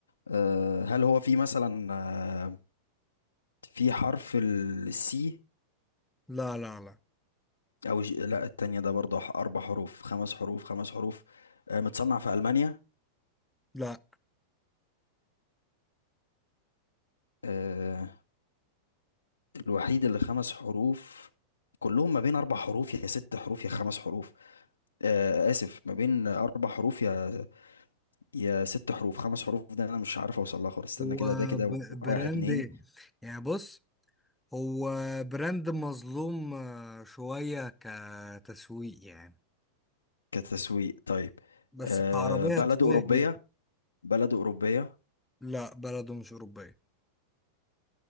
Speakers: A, on the left (about 70°); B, in the centre.
A: آه، هل هو في مثلا آه، في حرف السي
B: لا لا لا
A: أو ج... لا التانية ده برضه ح- أربع حروف خمس حروف خمس حروف آه، متصنع في ألمانيا
B: لا
A: آه، الوحيد اللي خمس حروف كلهم ما بين أربع حروف يا ست حروف يا خمس حروف آه آسف ما بين أربع حروف يا يا ست حروف خمس حروف ده أنا مش عارف أوصل لها خالص استنى
B: هو
A: كده ده كده
B: ب-
A: واحد
B: براند
A: اتنين
B: ايه يعني بص هو براند مظلوم آه، شوية كتسويق يعني
A: كتسويق طيب
B: بس
A: آه
B: كعربية
A: بلد
B: قوية
A: أوروبية
B: جدا
A: بلد أوروبية
B: لا بلده مش أوروبية